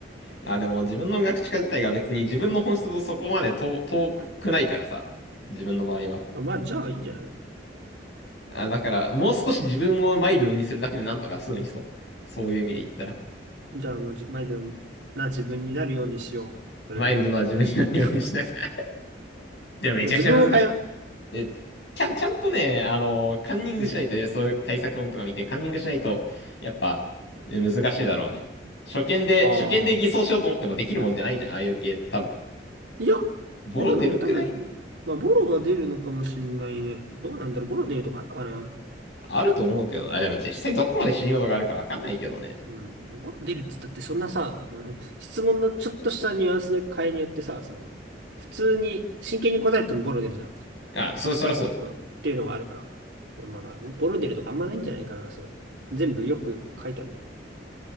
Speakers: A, on the left; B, on the right.
A: あ、でも自分の学知化自体が別に自分の本質とそこまで遠遠くないからさ。自分の場合は。
B: あまあ、じゃあいいんじゃない
A: あ、だから、もう少し自分をマイルドにするだけでなんとか済むにそう。そういう意味で言ったら。
B: じゃあもうじ、毎度な自分になるようにしよう。それで。
A: マイルドな自分になるようにしなきゃ。
B: <laughs> も
A: <laughs> でもめちゃくちゃ難しい。
B: う自分を変えよ
A: え、ちゃん、ちゃんとね、あの、カンニングしないとね、
B: う。うん。
A: えそういう対策本とか見て、カンニングしないと、やっぱ、え難しいだろうね。初見で、
B: あ
A: 初見で偽装しようと思ってもできるもんじゃないじゃん、
B: あ、
A: ああいう系って多分。
B: いや、
A: ボロ出るくない
B: でもなんか多分、まあ、ボロは出るのかもしれないね。どうなんだろう、ボロ出るとかあるのかな
A: あると思うけど、あ、でも実際どこまで信用度があるかわかんないけどね。
B: うん。ボロ出るって言ったって、そんなさ、あの質問のちょっとしたニュアンスの変えによってさ、その、普通に、真剣に答えてもボロ出るじゃん。
A: あ、そ、そりゃそう。
B: うん、っていうのがあるから。まだ、ボロ出るとかあんまないんじゃないかな。その全部よく書いてあるね。